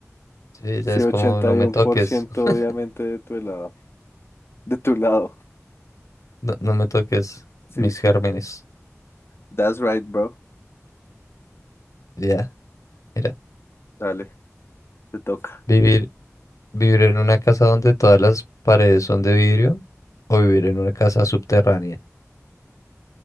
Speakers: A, on the left (about 80°); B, on the left (about 50°).
A: Sí, ya
B: sí,
A: es
B: ochenta
A: como no me
B: y uno
A: toques.
B: por ciento
A: <laughs>
B: obviamente de tu lado. De tu lado.
A: No, no me toques
B: Sí,
A: mis
B: sí.
A: gérmenes.
B: That's right, bro.
A: Ya, mira.
B: Dale, te toca.
A: Vivir ¿Vivir en una casa donde todas las paredes son de vidrio o vivir en una casa subterránea?